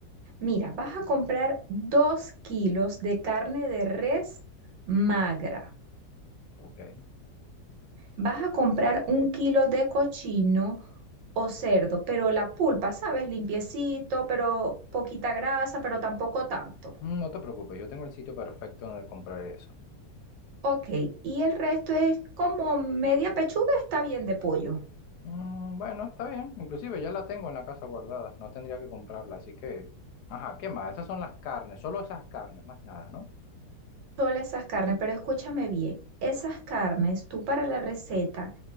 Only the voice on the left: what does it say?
Ok.
Mm, No te preocupes, yo tengo el sitio perfecto donde comprar eso.
Mm, bueno, está bien. Inclusive ya la tengo en la casa guardada. No tendría que comprarla, así que... Ajá, ¿qué más? Esas son las carnes, solo esas carnes, más nada, ¿no?